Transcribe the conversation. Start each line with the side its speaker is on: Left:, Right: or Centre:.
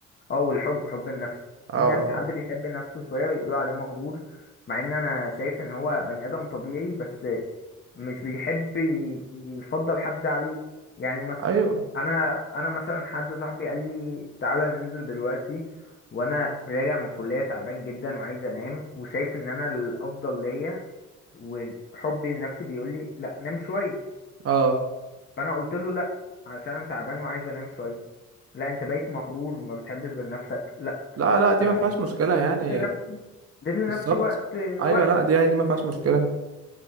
Left: اه والحب حب النفس
Right: اه
Left: في ناس
Right: اه
Left: حد بيحب نفسه شوية ويقولوا عليه مغرور مع ان انا شايف ان هو بني ادم طبيعي بس مش بيحب ي- يفضل حد عليه يعني مثلا
Right: ايوه
Left: انا انا مثلا حد صاحبي قال لي تعالى ننزل دلوقتي وانا راجع من الكلية تعبان جدا وعايز انام وشايف ان انا الافضل ليا وحبي لنفسي بيقول لي لا نام شويه
Right: اه
Left: فانا قلت له لا علشان انا تعبان وعايز انام شويه لا انت بقيت مغرور وما بتحبش غير نفسك لا
Right: لا لا دي
Left: انا
Right: ما فيهاش
Left: انا
Right: مشكله
Left: بس اديت
Right: يعني
Left: لنفسي اديت لنفسي
Right: بالظبط
Left: وقت
Right: ايوه
Left: وقتي
Right: لا دي يعني دي ما فيهاش مشكله